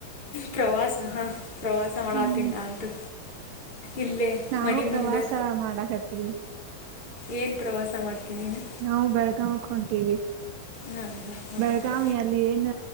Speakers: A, on the left; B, on the right.
A: ಪ್ರವಾಸ ಪ್ರವಾಸ ಮಾಡಾತಿನ್ನ
B: ಹ್ಮ್
A: ಅಂತು ಇಲ್ಲೇ.
B: ನಾವು
A: ಮನೆ
B: ಪ್ರವಾಸ
A: ಮುಂದೆ
B: ಮಾಡಾಕತ್ತೀವಿ
A: ಏನ್ ಪ್ರವಾಸ ಮಾಡ್ತೀನಿ ನೀನು
B: ನಾವು ಬೆಳಗಾವಕ್ ಹೊಂಟಿವಿ
A: ಹಾಂ ಹಾಂ ಹಾಂ
B: ಬೆಳಗಾವ್
A: ಹಾಂ
B: ಅಲ್ಲಿ ಏನ್